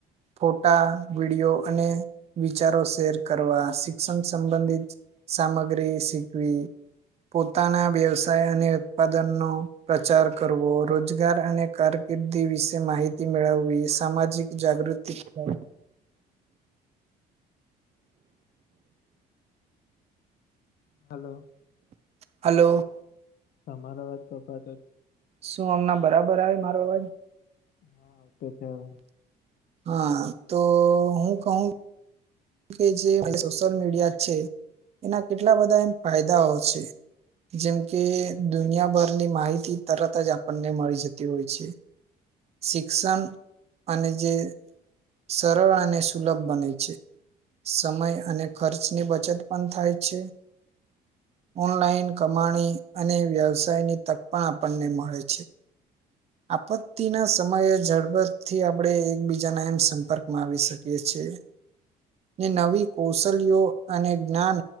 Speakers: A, on the right (about 40°); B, on the left (about 65°).
A: ફોટા, વિડીયો અને, વિચારો શેર કરવા શિક્ષણ સંબંધિત સામગ્રી શીખવી. પોતાના વ્યવસાય અને ઉત્પાદનનો, પ્રચાર કરવો રોજગાર અને કારકિર્દી વિશે માહિતી મેળવવી સામાજિક, જાગૃતિ થ
B: હલો.
A: હલો.
B: તમારો અવાજ કપાતો
A: શું હમના બરાબર આવે મારો અવાજ
B: હા આવ તો છે હવે.
A: હા તો હું કહું. કે જે સોશિયલ મીડિયા છે એના કેટલા બધા એમ ફાયદાઓ છે. જેમ કે દુનિયાભરની માહિતી તરત જ આપણને મળી જતી હોય છે. શિક્ષણ અને જે સરળ અને સુલભ બને છે. સમય અને ખર્ચની બચત પણ થાય છે. ઓનલાઈન કમાણી અને વ્યવસાયની તક પણ આપણને મળે છે. આપત્તિ ના સમયે ઝડપરથી આપડણે એકબીજાના એમ સંપર્કમાં આવી શકીએ છીએ. નવી કૌશલ્યો અને જ્ઞાન